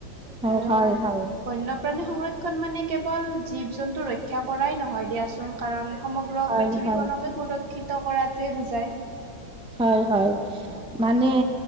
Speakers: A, in the centre; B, on the right (about 70°).
A: হয়,
B: আৰু
A: হয়, হয়।
B: বন্যপ্ৰাণী সংৰক্ষণ মানে কেৱল জীৱ- জন্তু ৰক্ষা কৰাই নহয় দিয়াচোন কাৰণ। সমগ্ৰ
A: হয়
B: পৃথিৱীখনকে
A: হয়
B: সুৰক্ষিত কৰাটোৱে বুজায়।
A: হয়, হয়। মানে,